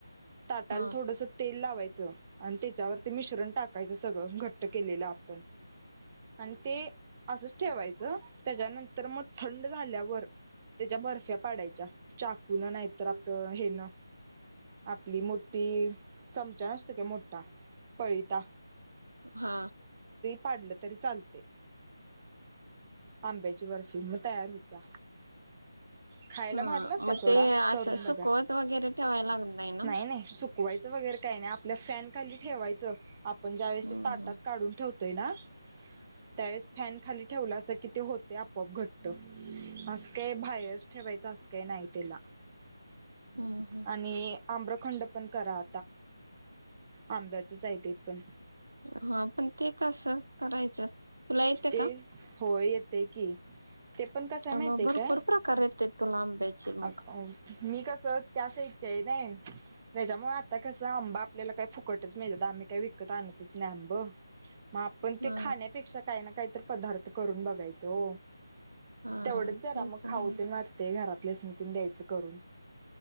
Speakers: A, on the right (about 25°); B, on the right (about 85°).
A: ताटाला
B: हा
A: थोडस तेल लावायचं आणि त्याच्यावरती मिश्रण टाकायचं सगळं घट्ट केलेलं आपण आणि ते असंच ठेवायचं त्याच्यानंतर मग थंड झाल्यावर त्याच्या बर्फ्या पाडायच्या चाकुून नाहीतर आप हेन आपली मोठी ती चमच्या नुसतके मोडटा पळता
B: हा
A: पाडलं तरी चालतय आंब्याची बर्फी मग तयार होत्या खायला
B: हा
A: भारी लागत्या
B: मग
A: सोडा
B: ते असं
A: करून
B: सुकवत
A: बघा
B: वगैरे ठेवायला लागत ना?
A: नाही नाही सुकवायचं वगैरे काही नाही फॅन खाली ठेवायचं आपण ज्या वेळेस
B: हम्म
A: ताटात काढून ठेवतय ना त्यावेळेस फॅन खाली ठेवला अस कि ते होत ते आपोआप घटत अस काय बाहेरच ठेवायचं अस काय नाही त्याला
B: हम्म हम्म
A: आणि आम्रखंड पण करा आंब्याचच आहे ते पण
B: हा पण ते कस करायचं तुला येते
A: ते
B: का
A: होय येतय की ते पण कस माहतीय
B: मग भरपूर
A: काय
B: प्रकार येते तुला आंब्याची मग
A: अ मी कस त्या साइच्या आहे ना त्याच्यामुळे आता कसं आंबा आपल्याला काय फुकटच माळत आम्ही काय विकत आण ॅब मग आपण ते
B: हा
A: खाण्यापेक्षा काही ना काही तर पदार्थ करून बघायचो
B: हा
A: तेवढंच जरा
B: ते
A: मग
B: पण
A: खाऊते
B: आहे
A: मारते घरातलेच नि तन द्यायचं करून